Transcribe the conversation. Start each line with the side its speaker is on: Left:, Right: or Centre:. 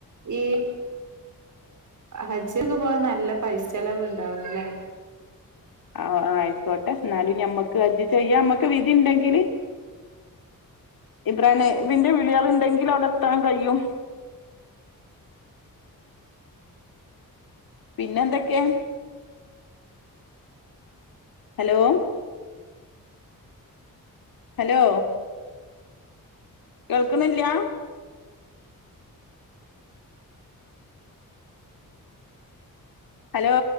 Right: ഈ ഹജ്ജൊക്കെ പോവാൻ നല്ല പൈസ ചെലവ് ഉണ്ടാവൂല്ലേ
Left: ആഹ് അയിക്കോട്ടെ എന്നാലും ഞമ്മക്ക് അജജ് ചെയ്യാൻ നമ്മക്ക് വിധി ഉണ്ടെങ്കില് ഇബ്രാഹിം നബിന്റെ വിളിയള് ണ്ടങ്കിൽ അവിടെ എത്താൻ കഴിയും പിന്നെ ന്തൊക്കെയാ ഹലോ ഹലോ കേൾക്ണില്ലാ ഹലോ